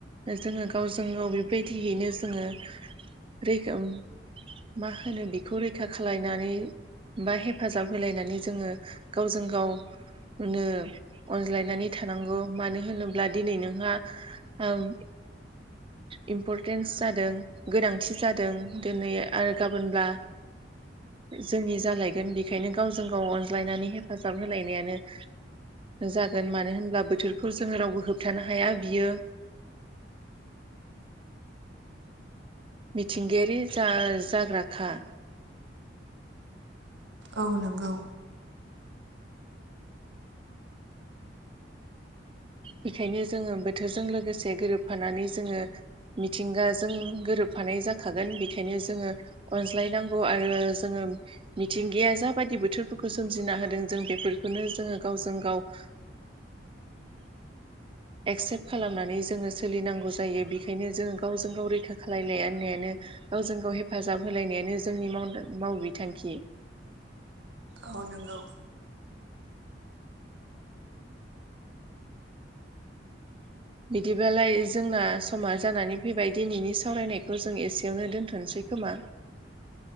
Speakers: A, on the right; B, on the right.
A: जोङो गावजों गाव बेबायदियैनो जोङो रैगोम मा होनो बेखौ रैखा खालायनानै बा हेफाजाब होलायनानै जोङो गावजों गाव नो अनज्लायनानै थानांगौ मानो होनोब्ला दिनै नोंहा ओं इम्परटेन्स जादों गोनांथि जादों दिनै आरो गाबोनब्ला जोंनि जालायगोन बेखायनो गावजों गाव अनज्लायनानै हेफाजाब होलायनायानो जागोन मानो होनब्ला बोथोरखौ जोङो रावबो होबथानो हाया बियो मिथिंगायारि जाग्राखा
B: औ नोंगौ
A: बेखायनो जोंङो बोथोरजों लोगोसे गोरोबफानानै जोंङो मिथिंगाजों गोरोबफानाय जाखागोन बेखायनो जोंङो अनज्लायनांगौ आरो जोंङो मिथिंगाया जाबायदि बोथोरफोरखौ सोमजिना होदों जों बेफोरखौनो जोंङो गावजों गाव <inaudible> एक्सेप्ट खालामनानै जोंङो सोलिनांगौ जायो बेखायनो जोंङो गावजों गाव रैखा खालामायनायनायानो गावजों गाव हेफाजाब होलायनायानो जोंनि माव बिथांखि
B: औ नंगौ
A: बिदिबालाय जोंना समा जानानै फैबाय दिनैनि सावरायनायखौ जों एसेयावनो दोनथ'सै खोमा